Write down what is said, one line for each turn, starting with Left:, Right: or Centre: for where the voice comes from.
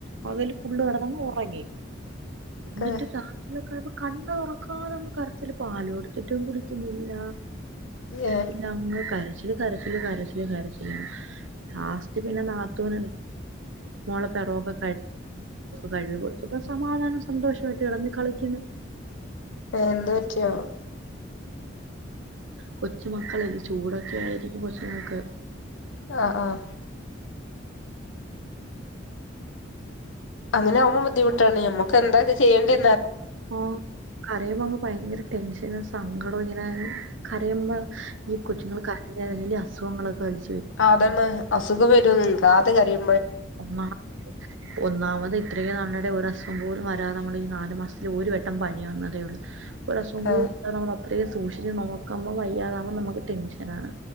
Right: പകല് ഫുള്ള് കെടന്നങ്ങ് ഒറങ്ങി
Left: ഓക്കെ
Right: എന്നിട്ട് കാട്ടിലൊക്ക കണ്ണ് തുറക്കാതങ്ങ് കരച്ചിൽ പാലു കൊടുത്തിട്ടും കുടിക്കുന്നില്ല
Left: ഏഹ്
Right: പിന്നെ അങ്ങ് കരച്ചിൽ കരച്ചിൽ കരച്ചിൽ കരച്ചിൽ കരച്ചിൽ ലാസ്റ്റ് പിന്നെ നാത്തൂൻ മുഖമൊക്കെ കഴുകി കൊടുത്തപ്പോൾ സമാധാന സന്ദോഷം ആയിട്ട് കളിക്കുന്നു
Left: എന്ത് പറ്റി ആവോ
Right: കൊച്ച മക്കളല്ല ചൂടൊക്കെ ആയിരിക്കും കൊച്ചുങ്ങൾക് <unintelligible>
Left: ആഹ ആഹ അങ്ങനെ ആവുമ്പ ബുദ്ധിമുട്ടാണ് ഞമ്മക്ക് എന്താ ഇത് ചെയ്യണ്ടേ
Right: ഓ കരയുമ്പ അങ്ങ് ഭയങ്കര ടെൻഷൻ സങ്കടം ഇങ്ങനെ കരയുമ്പ ഈ കൊച്ചുങ്ങൾ കരയുമ്പോൾ <unintelligible>
Left: ആ അത് തന്നെ അസുഖം വരും ദാന്ന് കരയും
Right: ഒന്ന ഒന്നാമത് ഇത്രയും നാളടെ ഒരസവം പോല വരാതെ നമ്മൾ നാല് മാസത്തിൽ ഒരു വട്ടം പനി വന്നേതെ ഉള്ളൂ <unintelligible>
Left: ആഹ്
Right: സൂക്ഷിക്കണം നമ്മക് നമ്മ വയ്യാതെ ആവുംബ നമക്ക് ടെൻഷൻ